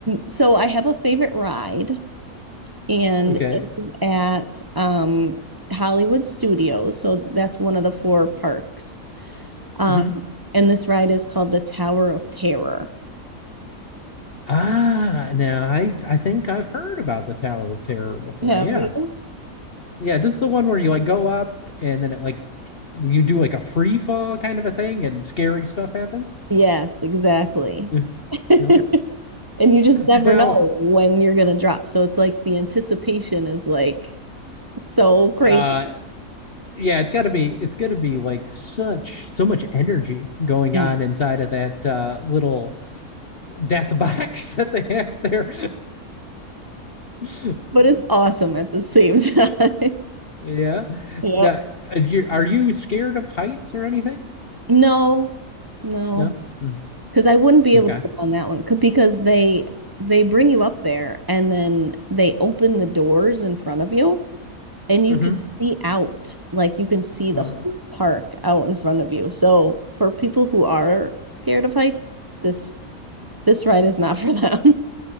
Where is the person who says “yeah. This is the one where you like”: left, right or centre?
Left